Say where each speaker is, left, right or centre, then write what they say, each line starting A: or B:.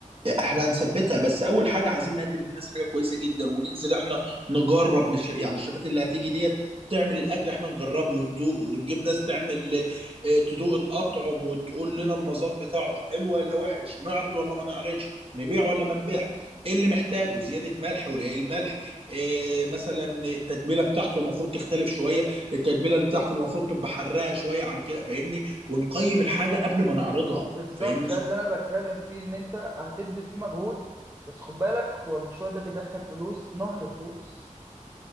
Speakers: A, on the right; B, on the right.
A: احنا هنثبتها بس اول حاجه عايزين نقدم للناس حاجه كويسه جدا وننزل احنا نجرب مش يعني الشفات اللي هتيجي ديت تعمل الاكل احنا نجربه وندوقه ونجيب ناس تعمل آه، تدوق الاطعم وتقول لنا المذاق بتاعه حلو ولا وحش نعرض ولا ما نعرضش نبيع ولا ما نبيع ايه اللي محتاجه زياده ملح ولا ايه الملح إيه مثلا التتبيله بتاعته المفروض تختلف شويه التتبيله اللي بتاعته المفروض تبقى حراقه شويه عن كده فاهمني ونقيم الحاجه قبل ما نعرضها
B: بالظبط
A: فاهمني
B: ده اللي انا بتكلم فيه ان انت هتبذل فيه مجهود بس خد بالك هو المشروع ده بيدخل فلوس نهر فلوس